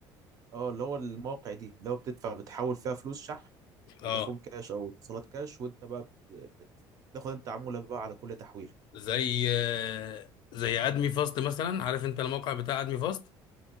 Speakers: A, on the right; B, on the left.
A: اه اللي هو المواقع دي اللي هو بتدفع بتحول فيها فلوس شحن
B: اه
A: فودافون كاش او اتصالات كاش وانت بقى بت- بتاخد انت عمولة بقى على كل تحويلة
B: زي آه، زي ادمي فاست مثلا عارف انت الموقع بتاع ادمي فاست